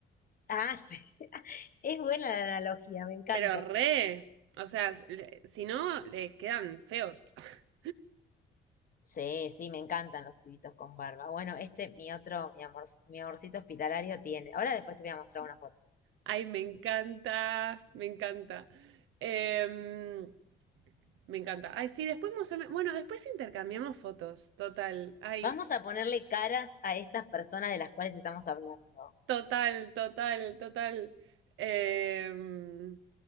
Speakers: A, on the left; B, on the right.
A: Ah, sí. <laughs> Es buena la analogía, me encanta.
B: Pero re, o sea, s- le- si no, le quedan feos. <laughs>
A: Sí, sí, me encantan los pibitos con barba. Bueno, este, mi otro, mi amor, mi amorcito hospitalario tiene. Ahora después te voy a mostrar una foto.
B: Ay, me encanta, me encanta. Em, me encanta. Ay, sí, después mostrame- Bueno, después intercambiamos fotos, total. Ay,
A: Vamos a ponerle caras a estas personas de las cuales estamos hablando.
B: Total, total, total. Em,